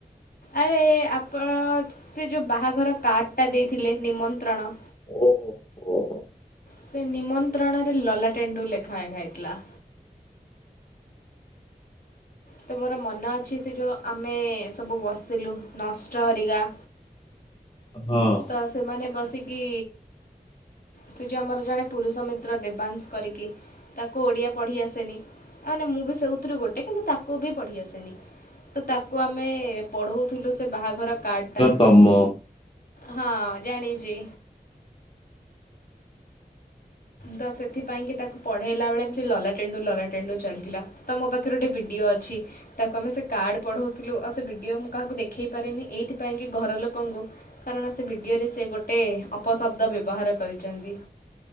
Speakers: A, on the left; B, on the left.
A: ଆରେ ଆପଣ ସେ ଯୋଉ ବାହାଘର କାର୍ଡ଼ଟା ଦେଇଥିଲେ ନିମନ୍ତ୍ରଣ।
B: ଓହ ଓ।
A: ସେ ନିମନ୍ତ୍ରଣରେ ଲଲାଟେଣ୍ଡୁ ଲେଖା ହେଇଥିଲା। ତ ମୋର ମନ ଅଛି ସେ ଯେଉଁ ଆମେ ସବୁ ବସିଥିଲୁ ନଷ୍ଟ ହରିକା
B: ହଁ।
A: ତ ସେମାନେ ବସିକି ସେ ଯୋ ଆମର ଜଣେ ପୁରୁଷ ମିତ୍ର ଦେବାଂଶ କରିକି ତାକୁ ଓଡ଼ିଆ ପଢ଼ି ଆସେନି ତା ହେନେ ମୁଁ ବି ସେଉଥିରୁ ଗୋଟେ କିନ୍ତୁ ତାକୁ ବି ପଢ଼ି ଆସେନି। ତ ତାକୁ ଆମେ ପଢଉଥିଲୁ ସେ ବାହାଘର କାର୍ଡ ଟା।
B: ତମ
A: ହଁ ଜାଣିଚି। ତ ସେଥିପାଇଁକି ତାକୁ ପଢ଼େଇଲା ବେଳେ ଏମିତି ଲଲାଟେଣ୍ଡୁ ଲଲାଟେଣ୍ଡୁ ଚାଲିଥିଲା। ତ ମ ପାଖରେ ଗୋଟେ ଭିଡିଓ ଅଛି। ତାକୁ ଆମେ ସେ କାର୍ଡ ପଢଉଥିଲୁ ଆଉ ସେ ଭିଡିଓ ମୁଁ କାହାକୁ ଦେଖେଇ ପାରିନି ଏଇଥିପାଇଁ କି ଘର ଲୋକଙ୍କୁ କାରଣ ସେ ଭିଡ଼ିଓରେ ସେ ଗୋଟେ ଅପଶବ୍ଦ ବ୍ୟବହାର କରିଛନ୍ତି।